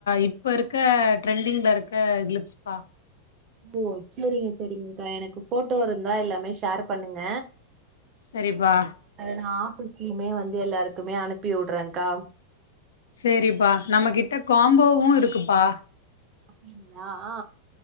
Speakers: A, on the left; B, on the right.
A: இப்போ இருக்க ட்ரெண்டிங்ல இருக்க க்ளிப்ஸ்பா
B: ஓ செரிங்க செரிங்க்கா எனக்கு ஃபோட்டோ இருந்தா எல்லாமே ஷேர் பண்ணுங்க
A: செரிப்பா
B: அத ந ஆஃபீஸ்லியுமே வந்து எல்லாருக்குமே அனுப்பி வுட்றேன்க்கா
A: செரிப்பா நம்மகிட்ட காம்போவு இருக்குப்பா
B: அப்படிங்ளா ஆ